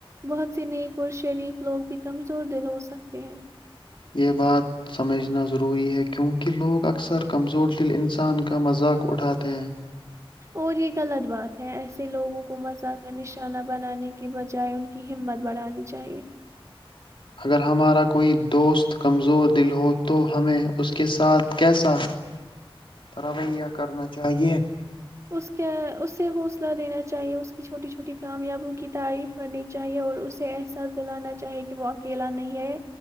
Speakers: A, on the right; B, on the left.
A: بہت سی نیک اور شریف لوگ بھی کمزور دل ہو سکتے ہیں
B: یہ بات سمجھنا ضروری ہے کیونکہ لوگ اکثر کمزور دل انسان کا مذاق اٹھاتے ہیں
A: اور یہ غلط بات ہے ایسے لوگوں کو مزہ کا نشانہ بنانے کے بجائے ان کی ہمت بڑھانی چاہیئے
B: اگر ہمارا کوئی دوست کمزور دل ہو تو ہمیں اس کے ساتھ کیسا رویہ کرنا چاہیے
A: اس کے اس سے حوصلہ دینا چاہیے اس کی چھوٹی چھوٹی کامیابوں کی تعریف کرنی چاہیے اور اسے ایسا دلانا چاہے کہ وہ اکیلا نہیں ہے